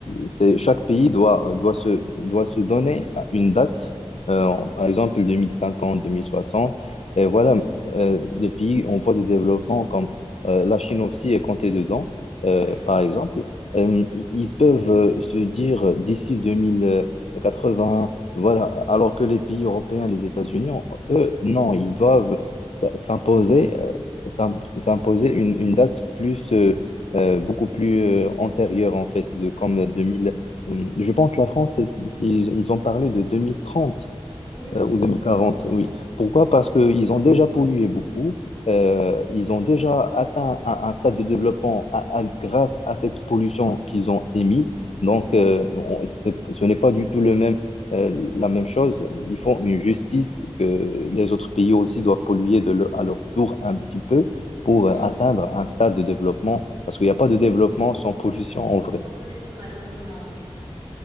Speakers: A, on the left (about 75°); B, on the right (about 35°).
A: c'est, chaque pays doit, doit se, doit se donner à une date, euh,
B: mm,
A: en- par exemple 2050, 2060. Et voilà, euh, les pays en voie de développement, comme euh, la Chine aussi est comptée dedans, euh,
B: ouais,
A: par exemple, euh, i- ils peuvent euh, se dire euh, d'ici 2080, voilà, alors que les pays européens, les États-Unis, ont- eux, non, ils doivent s- s'imposer euh, s'im- s'imposer une, une date plus, euh, euh, beaucoup plus euh, antérieure, en fait, de, comme
B: ouais,
A: 2000. hum, Je pense que la France, c'est- c'est- ils ils ont parlé de 2030
B: oui,
A: euh, ou 2040, oui. Pourquoi?
B: oui,
A: Parce qu'ils ont déjà pollué beaucoup, euh, ils ont déjà atteint un, un stade de développement à- à- grâce à cette pollution qu'ils ont émise. Donc,
B: mhm,
A: euh, on- c'est- ce n'est pas du tout le même, euh, la même chose. Ils font une justice que les autres pays aussi doivent polluer de leur- à leur tour un petit peu pour
B: mm.
A: euh, atteindre un stade de développement, parce qu'il n'y a pas de développement sans pollution en vrai,
B: En pollution, malheureusement, oui.